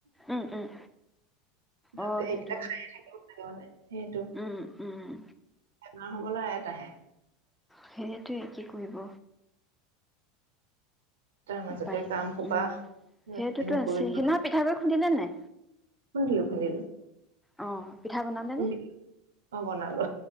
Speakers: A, in the centre; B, on the right (about 75°).
A: উম উম।
B: তাতে
A: অ' সেইটো,
B: এইকেইটা খায়ে থাকিব লাগে মানে সেইটো
A: উম উম।
B: বেমাৰ হ'বলৈ আয়াত আহে।
A: সেইটোৱে কি কৰিব?
B: তাৰ মাজতে
A: উপায়
B: কামসোপা,
A: নাই উম
B: নকৰিলেও
A: সেইটোতো
B: নহয়।
A: আছে সেইদিনা পিঠাগুৰি খুন্দিলে নাই
B: খুন্দিলো খুন্দিলো।
A: অ' পিঠা বনালেনে?
B: খুন্দিলো অ বনালো